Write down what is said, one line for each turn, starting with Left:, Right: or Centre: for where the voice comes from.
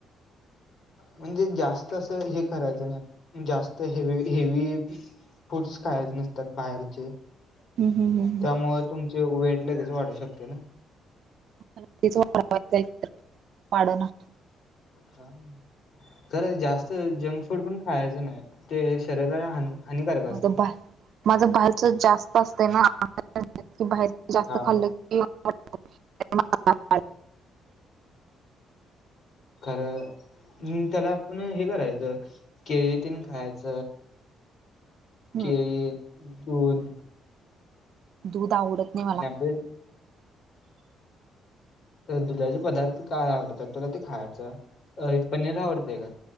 Left: म्हणजे जास्त असं हे करायचं नाय जास्त हेवी हेवी फूड्स खायचे नसतात बाहेरचे.
Right: हम्म हम्म हम्म. हम्म.
Left: त्यामुळ तुमचे वेट लगेच वाढू शकते ना.
Right: मला तेच वाढवायचाय तर वाढना.
Left: हा खर जास्त जंक फूड पण खायचं नाय ते शरीराला हान हानिकारक
Right: माझं
Left: असते
Right: बा माझ बाहेरच जास्त असत ना की बाहेर जास्त
Left: हा
Right: खाल्लं <unintelligible> <unintelligible>
Left: खर नीम त्याला आपण हे करायचं केळ तेन खायाच.
Right: हम्म.
Left: केळी, दूध
Right: दूध आवडत नाही मला
Left: आणि आपल्या हित तर दुधाचे पदार्थ काय आवडतात तुला ते खायचं. अ पनीर आवडतय का?